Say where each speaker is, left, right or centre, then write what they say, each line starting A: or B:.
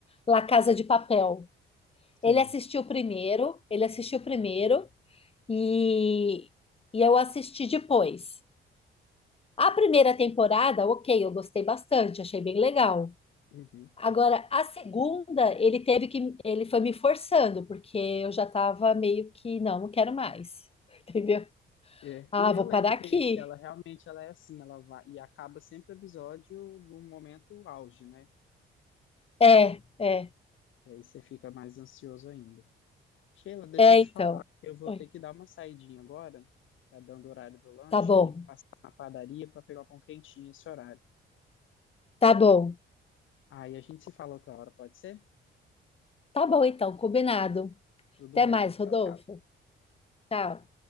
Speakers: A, on the left; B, on the left.
A: La Casa de Papel.
B: Sim.
A: Ele assistiu primeiro, ele assistiu primeiro e, e eu assisti depois. A primeira temporada, ok, eu gostei bastante, achei bem legal.
B: Uhum.
A: Agora, a segunda, ele teve que, ele foi me forçando, porque eu já estava meio que, não, não quero mais, <laughs> entendeu?
B: É,
A: Ah,
B: E eu
A: vou
B: lembro
A: parar
B: que,
A: aqui.
B: que ela realmente ela é assim, ela vai e acaba sempre o episódio num momento auge, né?
A: É, é,
B: E aí você fica mais ansioso ainda. Sheila, deixa
A: é,
B: eu te
A: então.
B: falar, eu vou
A: Oi,
B: ter que dar uma saidinha agora, tá dando o horário do lanche,
A: tá bom,
B: tem que passar na padaria para pegar o pão quentinho esse horário.
A: tá bom,
B: Aí a gente se fala outra hora, pode ser?
A: tá bom, então, combinado.
B: Tudo
A: Até
B: bem,
A: mais,
B: tchau,
A: Rodolfo.
B: tchau.
A: Tchau.